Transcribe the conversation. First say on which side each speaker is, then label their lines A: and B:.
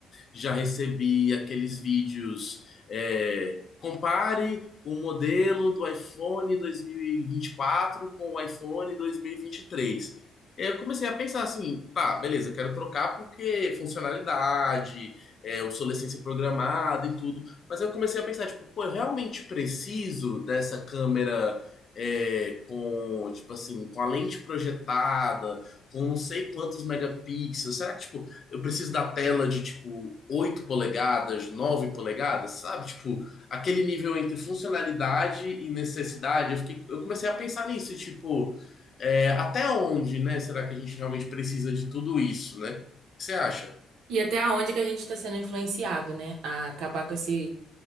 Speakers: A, on the left; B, on the right.
A: já recebi aqueles vídeos, é, compare o modelo do iPhone 2024 com o iPhone 2023. E vinte e três. E aí Eu comecei a pensar assim, tá, beleza, eu quero trocar porque funcionalidade, é, obsolescência programada e tudo. Mas eu comecei a pensar, tipo, pô, eu realmente preciso dessa câmera é, com, tipo assim, com a lente projetada, com não sei quantos megapixels. Será que, tipo, eu preciso da tela de, tipo, 8 polegadas, 9 polegadas, sabe? Tipo, aquele nível entre funcionalidade e necessidade. Eu fiquei, eu comecei a pensar nisso, e, tipo, é, até onde, né? Será que a gente realmente precisa de tudo isso, né? O que você acha?
B: E até aonde que a gente tá sendo influenciado, né? A acabar com esse,